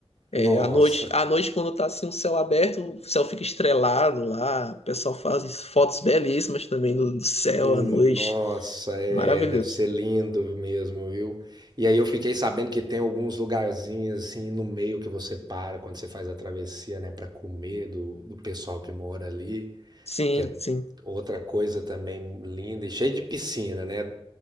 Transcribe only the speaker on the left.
É,
à noite, à noite, quando tá assim o céu aberto, o céu fica estrelado lá. O pessoal faz fotos belíssimas também do, do céu
à noite.
Maravilhoso.
Sim,
sim.